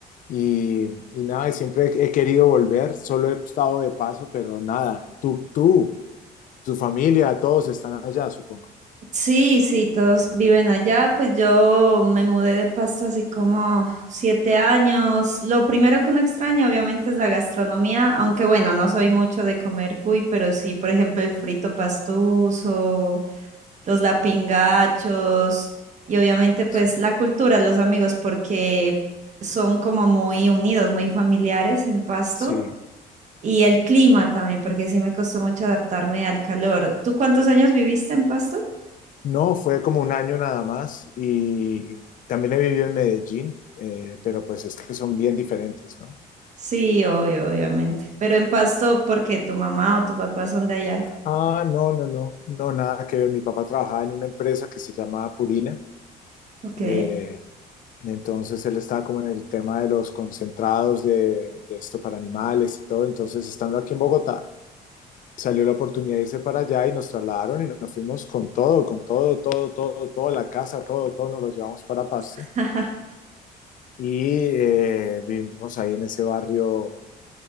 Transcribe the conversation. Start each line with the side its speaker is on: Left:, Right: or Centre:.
Left: Y, y nada, y siempre he querido volver. Solo he estado de paso, pero nada. Tú, tú, tu familia, todos están allá, supongo.
Right: Sí, sí, todos viven allá. Pues yo me mudé de Pasto hace como siete años. Lo primero que uno extraña, obviamente, es la gastronomía, aunque bueno, no soy mucho de comer cuy, pero sí, por ejemplo, el frito pastuso los lapingachos y obviamente pues
Left: Eso era.
Right: la cultura, los amigos, porque son como muy unidos, muy familiares en Pasto
Left: Sí.
Right: y el clima también, porque sí me costó mucho adaptarme al calor. ¿Tú cuántos años viviste en Pasto?
Left: No, fue como un año nada más. Y también he vivido en Medellín, eh, pero pues es que son bien diferentes, ¿no?
Right: Sí, obvio, obviamente, pero en Pasto porque tu mamá o tu papá son de allá.
Left: Ah, no, no, no, no, nada que ver. Mi papá trabajaba en una empresa que se llamaba Purina,
Right: Ok.
Left: eh, y entonces él estaba como en el tema de los concentrados de, de esto para animales y todo. Entonces, estando aquí en Bogotá, salió la oportunidad de irse para allá y nos trasladaron y nos fuimos con todo, con todo, todo, todo, todo, la casa, todo, todo, nos lo llevamos para Pasto
Right: <laughs>
Left: y eh, vivimos ahí en ese barrio